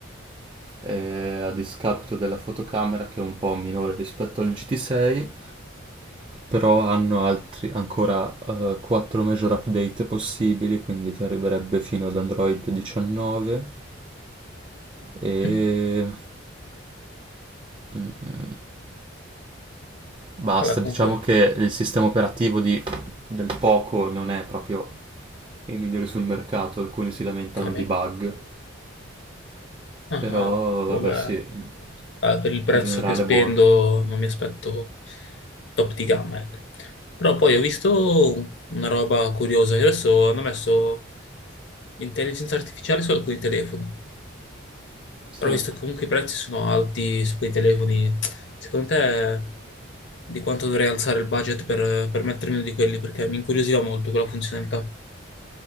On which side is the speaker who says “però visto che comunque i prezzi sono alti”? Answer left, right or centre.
Left